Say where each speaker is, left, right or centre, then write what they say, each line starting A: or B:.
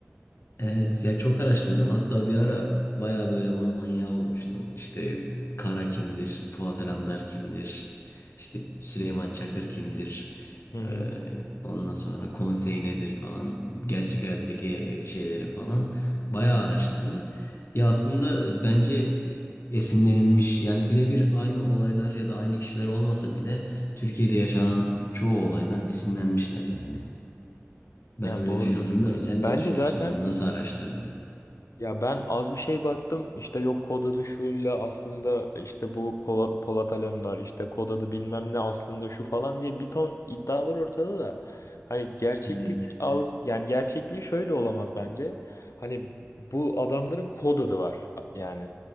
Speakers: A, on the left; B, on the left.
A: Evet ya çok araştırdım hatta bir ara baya böyle onun manyağı olmuştum. İşte Kara kimdir, Polat Alemdar kimdir, işte Süleyman Çakır kimdir,
B: Hı hı.
A: Ee, ondan sonra konsey nedir falan, gerçek hayattaki şeyleri falan baya araştırdım. Ya aslında bence esinlenilmiş yani birebir aynı olaylar ya da aynı kişiler olmasa bile Türkiye'de yaşanan çoğu olaydan esinlenmişler yani. Ben
B: Yani
A: öyle
B: doğrudur.
A: düşünüyorum. Bilmiyorum
B: Ya
A: sen
B: Bence
A: ne düşünüyorsun?
B: zaten
A: Nasıl araştırdın?
B: Ya ben az bir şey baktım işte yok kod adı şuyla aslında işte bu Kola- Polat Alemdar işte kod adı bilmem ne aslında şu falan diye bir ton iddia var ortada da. Hani gerçeklik
A: Evet,
B: al yani gerçekliği şöyle olamaz bence. Hani bu adamların kod adı var yani.